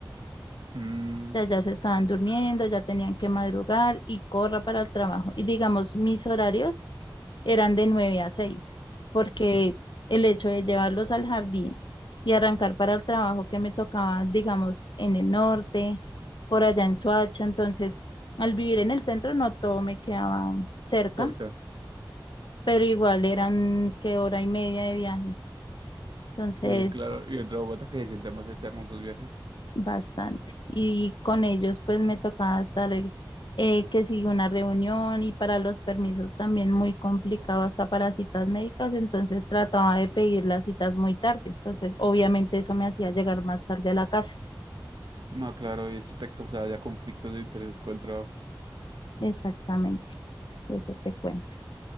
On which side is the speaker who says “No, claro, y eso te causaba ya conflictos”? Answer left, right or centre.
Right